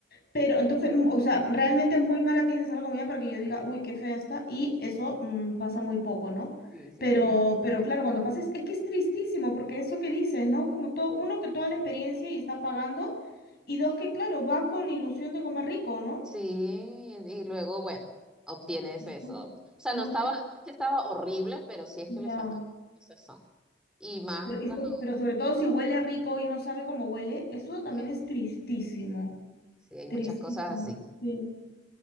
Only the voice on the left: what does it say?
pero entonces, mm, o sea, realmente muy mala tiene que ser la comida para que yo diga, uy, qué fea está, y eso mm, pasa muy poco, ¿no?
Pero, pero claro, cuando pasa es, es que es tristísimo porque eso que dices, ¿no? Como todo, uno que toda la experiencia y está pagando, y dos que claro, va con ilusión de comer rico, ¿no?
Es
muy,
muy
triste.
Ya.
Pero, y
so- pero sobre todo si huele rico y no sabe cómo huele, eso
también es tristísimo.
Tristísimo.
Sí.